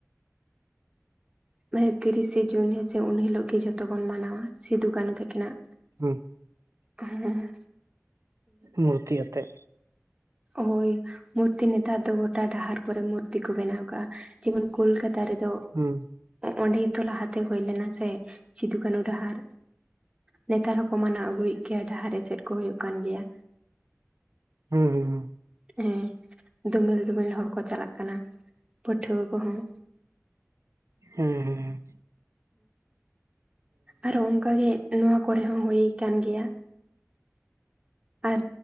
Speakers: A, on the right; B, on the right.
A: ᱢᱟᱱᱮ ᱛᱤᱨᱤᱥᱮ ᱡᱩᱱ ᱦᱮᱥᱮ ᱩᱱ ᱦᱤᱞᱳᱜ ᱜᱮ ᱡᱷᱚᱛᱚ ᱵᱚᱱ ᱢᱟᱱᱟᱣᱟ ᱥᱤᱫᱚ ᱠᱟᱱᱩ ᱛᱟᱹᱠᱤᱱᱟᱜ
B: ᱦᱮᱸ <unintelligible>
A: ᱦᱮᱸ
B: ᱢᱩᱨᱛᱤ ᱟᱛᱮᱜ
A: ᱦᱚᱭ ᱢᱩᱨᱛᱤ ᱱᱮᱛᱟᱨ ᱫᱚ ᱜᱚᱴᱟ ᱰᱟᱦᱟᱨ ᱠᱚᱨᱮ ᱢᱩᱨᱛᱤ ᱠᱚ ᱵᱮᱱᱟᱣ ᱠᱟᱜᱼᱟ ᱡᱮᱢᱚᱱ ᱠᱳᱞᱠᱟᱛ ᱛᱟᱨ ᱨᱮᱫᱚ
B: ᱦᱩᱸ
A: ᱚᱸᱰᱮ ᱛᱚ ᱞᱟᱦᱟᱛᱮ ᱦᱩᱭ ᱞᱮᱱᱟ ᱥᱮ ᱥᱤᱫᱩ ᱠᱟᱹᱱᱩ ᱰᱟᱦᱟᱨ ᱱᱮᱛᱟᱨ ᱦᱚᱸᱠᱚ ᱢᱟᱱᱟᱣ ᱟᱹᱜᱩᱭᱮᱫ ᱜᱮᱭᱟ ᱰᱟᱦᱟᱨ ᱮᱥᱮᱫ ᱠᱚ ᱦᱩᱭᱩᱜ ᱠᱟᱱ ᱜᱮᱭᱟ
B: ᱦᱩᱸ ᱦᱩᱸ
A: ᱦᱮᱸ ᱫᱚᱢᱮᱞ ᱫᱚᱢᱮᱞ ᱦᱚᱲ ᱠᱚ ᱪᱟᱞᱟᱜ ᱠᱟᱱᱟ ᱯᱟᱹᱴᱷᱩᱣᱟᱹ ᱠᱚᱦᱚᱸ
B: ᱦᱮᱸ
A: ᱟᱨᱚ ᱚᱱᱠᱟᱜᱮ ᱱᱚᱣᱟ ᱠᱚᱨᱮ ᱦᱚᱸ ᱦᱩᱭ ᱠᱟᱱ ᱜᱮᱭᱟ ᱟᱨ